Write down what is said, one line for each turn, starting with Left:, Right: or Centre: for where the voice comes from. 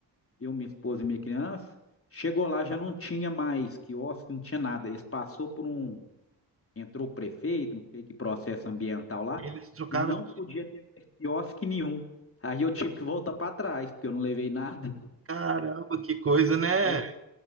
Left: eu, minha esposa e minha criança. Chegou lá, já não tinha mais quiosque, não tinha nada. Eles passou por um. Entrou o prefeito, não sei que processo ambiental lá,
Right: Eles trocaram.
Left: que não podia ter mais quiosque nenhum. Aí eu tive que voltar para trás, porque eu não levei nada.
Right: Caramba, que coisa, né?
Left: Oi.